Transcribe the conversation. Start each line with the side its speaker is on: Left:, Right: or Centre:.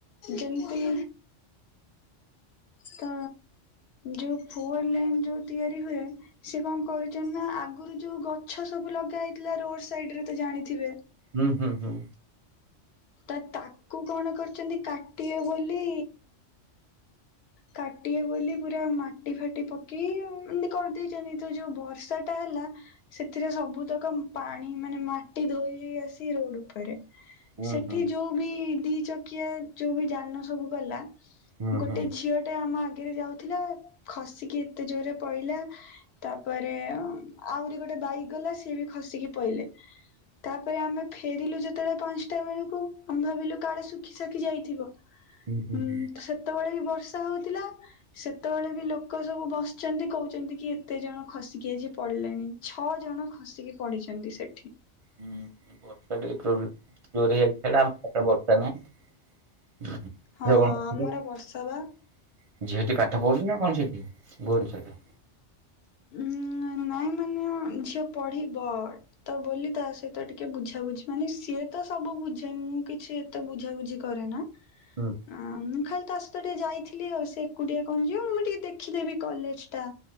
Left: ଯେମିତି ତ ଯୋଉ ଫୋଅର ଲେନ୍ ଯୋଉ ତିଆରି ହୁଏ ସେ କଣ କରୁଚନ୍ତି ନା ଆଗରୁ ଯୋଉ ଗଛ ସବୁ ଲଗା ହେଇଥିଲା ରୋଡ ସାଇଡ ରେ ତ ଜାଣିଥିବେ।
Right: ହୁଁ ହୁଁ ହୁଁ।
Left: ତ ତାକୁ କଣ କରିଚନ୍ତି କାଟିବେ ବୋଲି କାଟିବେ ବୋଲି ପୁରା ମାଟି ଫାଟି ପକେଇ ଆଉ ଏମିତି କରିଦେଇଛନ୍ତି ତ ଯୋଉ ବର୍ଷା ଟା ହେଲା ସେଥିରେ ସବୁତକ ପାଣି ମାନେ ମାଟି ଧୋଇ ହେଇ ଆସି ରୋଡ ଉପରେ।
Right: ହୁଁ
Left: ସେଠି
Right: ହୁଁ।
Left: ଯୋଉ ବି ଦି ଚକିଆ ଯୋଉ ବି ଯାନ ସବୁ ଗଲା
Right: ହୁଁ
Left: ଗୋଟେ
Right: ହୁଁ।
Left: ଝିଅ ଟେ ଆମ ଆଗରେ ଯାଉଥିଲା ଖସିକି ଏତେ ଜୋରରେ ପଇଲା। ତାପରେ ଆହୁରି ଗୋଟେ ବାଇକ୍ ଗଲା ସିଏ ବି ଖସିକି ପଇଲେ। ତାପରେ ଆମେ ଫେରିଲୁ ଯେତେବେଳେ ପାଞ୍ଚ ସେତେବେଳକୁ ଆମେ ଭାବିଲୁ କାଳେ ଶୁଖି ଶାଖି ଯାଇଥିବ
Right: ହୁଁ ହୁଁ
Left: ଉଁ
Right: ହୁଁ।
Left: ତ ସେତେବେଳେ ବି ବର୍ଷ ବର୍ଷା ହଉଥିଲା। ସେତେବେଳେ ବି ଲୋକ ସବୁ ବସିଛନ୍ତି କହୁଛନ୍ତି କି ଏତେ ଜଣ ଖସିକି ଆଜି ପଡିଲେଣି। ଛଅ ଜଣ ଖସିକି ପଢଡିଚନ୍ତି ସେଠି।
Right: ହୁଁ ବର୍ଷା ଟିକେ ପ୍ରୋବ୍ଲେମ ଜୋରେ ହେଇଥିଲା ଆମ ଆଡେ ବର୍ଷା ନାହିଁ। <unintelligible>
Left: ହଁ ଆମର ବର୍ଷା ବା
Right: ଝିଅଟି ପାଠ ପଢୁଛି ନା କଣ ସେଠି ଭୁବନେଶ୍ଵରରେ।
Left: ଉଁ ନାଇଁ ମାନେ ଝିଅ ପଢିବ। ତ ବୋଲି ତା ସହିତ ଟିକେ ବୁଝାବୁଝି ମାନେ ସିଏ ତ ସବୁ ବୁଝେ ମୁଁ କିଛି ଏତେ ବୁଝାବୁଝି କରେ ନା।
Right: ହୁଁ
Left: ଆଁ ମୁଁ ଖାଲି ତା ସହ ତ ଟିକେ ଯାଇଥିଲି ଆଉ ସେ ଏକୁଟିଆ କଣ ଯିବ ମୁଁ ଟିକେ ଦେଖିଦେବି କଲେଜ ଟା।